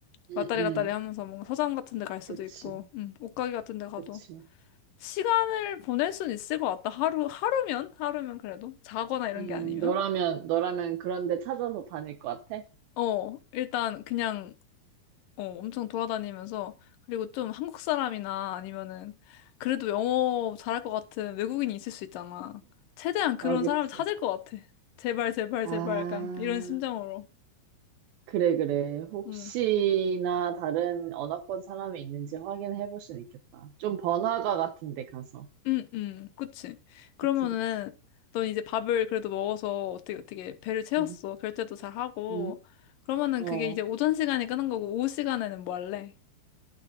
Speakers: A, on the right; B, on the left.
A: 음,
B: 왔다리
A: 음,
B: 갔다리 하면서 뭔가 서점 같은 데 갈 수도
A: 그치,
B: 있고 음, 옷가게 같은 데 가도
A: 그치.
B: 시간을 보낼 순 있을 것 같다. 하루 하루면 하루면 그래도 자거나 이런
A: 음,
B: 게 아니면
A: 너라면, 너라면 그런 데 찾아서 다닐 것 같아?
B: 어 일단 그냥 어, 엄청 돌아다니면서 그리고 좀 한국 사람이나 아니면은 그래도 영어 잘할 것 같은 외국인이 있을 수 있잖아. 최대한 그런
A: 아, 그치.
B: 사람을 찾을 것 같아. 제발 제발
A: 아,
B: 제발 약간 이런 심정으로.
A: 그래, 그래. 혹시나
B: 응.
A: 다른 언어권 사람이 있는지 확인해 볼 수는 있겠다. 좀 번화가 같은 데 가서.
B: 응, 응. 그치. 그러면은
A: 그치, 그치.
B: 넌 이제 밥을 그래도 먹어서 어떻게 어떻게 배를 채웠어.
A: 응,
B: 결제도 잘 하고.
A: 응,
B: 그러면은
A: 어.
B: 그게 이제 오전 시간에 끄는 거고 오후 시간에는 뭐 할래?